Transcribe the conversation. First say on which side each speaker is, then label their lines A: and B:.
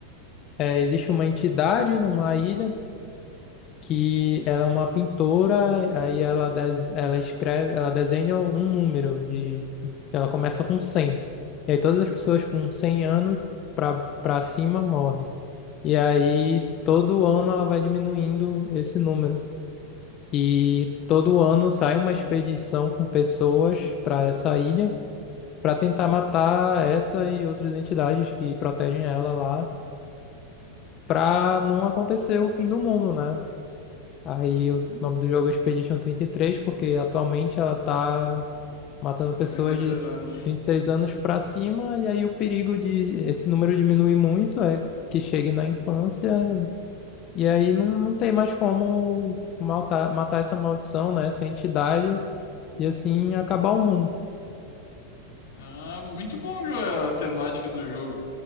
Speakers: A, on the left; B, on the left.
A: é, existe uma entidade numa ilha que ela é uma pintora, aí ela, des- ela escreve, ela desenha um número de, ela começa com cem E aí todas as pessoas com 100 anos pra para cima morrem. E aí todo ano ela vai diminuindo esse número. E todo ano sai uma expedição com pessoas para essa ilha para tentar matar essa e outras entidades que protegem ela lá, para não acontecer o fim do mundo, né? Aí
B: Uhum.
A: o nome do jogo é Expedition 33, porque atualmente ela tá matando pessoas
B: trinta e três
A: de
B: anos. <laughs>
A: 33 anos para cima, e aí o perigo de esse número diminuir muito é que chegue na infância, e aí não, não tem mais como matar, matar essa maldição, né? Essa entidade, e assim acabar o mundo.
B: Ah, muito bom, Joel, a temática do jogo.